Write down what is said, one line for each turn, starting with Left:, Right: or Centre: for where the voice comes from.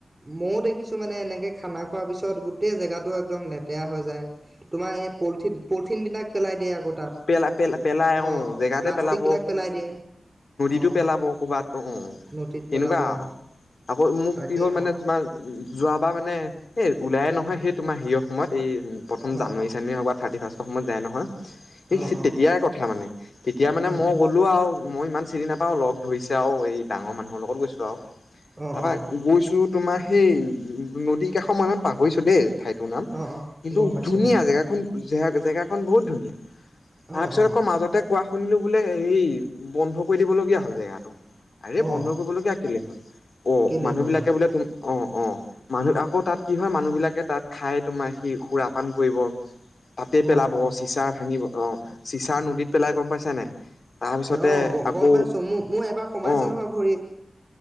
Right: ময়ও দেখিছো মানে এনেকে খানা খোৱাৰ পিছত গোট গোটেই জেগাটো একদম লেতেৰা হৈ যায় তোমাৰ এই প কঠিন বিলাক পেলাই দিয়ে আকৌ তাত
Left: পেলা পেল পেলাইওঁ
Right: অ
Left: জেগাতে
Right: প্লাষ্টিক
Left: পেলাব
Right: বিলাক পেলাই দিয়ে। অ
Left: টো পেলাব ক'বাত অ
Right: নদীত
Left: তেনেকুৱা
Right: পেলাব অ
Left: আকৌ মোক
Right: তাকে
Left: কি হ'ল মানে
Right: অ
Left: তোমাৰ যোৱাবাৰ মানে এ ওলাইে নহয় সেই তোমাৰ হিৰ সময়ত এই উ প্ৰথম জানুৱাৰী
Right: অ
Left: চানুৱাৰি হ'বাত থাৰতি ফাৰ্ৰ সময় যায় নহয় স
Right: অ অ
Left: তেতিয়াৰ কথা মানে তেতিয়া মানে
Right: উম
Left: মই
Right: উম
Left: গ'লো আৰু মই ইমান চিনি নাপাও লগ ধৰিছে আৰু এই ডাঙৰ মানুহৰ লগত গৈছো আৰু
Right: অ
Left: তাপা
Right: অ অ
Left: গৈছো তোমাৰ সেই নদীৰ কাষ ময়ত পাহৰিছোঁ দেই ঠাইতৰ নাম
Right: অ অ
Left: কিন্তু
Right: গম পাইছো
Left: ধুনীয়া
Right: গম পাইছো
Left: জেগাখন জ জেগা এ বহুত ধুনীয়া তাৰ
Right: অ
Left: পিছত
Right: অ
Left: আকৌ মাজতে কোৱা শুনিলোঁ বোলে হে বন্ধ কৰি দিবলগীয়া হ'ল জেগাটো আৰে
Right: অ
Left: বন্ধ কৰিবলগীয়া কেলে হল অ
Right: কেলে
Left: মানুহ
Right: হ'ল
Left: বিলাকে
Right: অ
Left: বোলে তুম অ অ মানুহ আকৌ তাত কি হয় মানুহবিলাকে তাত খাই তোমাৰ সি সুৰাপান কৰিব তাতে পেলাব
Right: অ অ
Left: চিচাৰ ঙিব অ চিচাৰ
Right: উম
Left: নদীত পেলাই গম পাইছছে নাই তাৰপিছতে
Right: অ গ
Left: আকৌ
Right: গম পাইছো মোৰ মোৰ এবাৰ সোমাইছে
Left: অ
Right: নহয় ভৰিত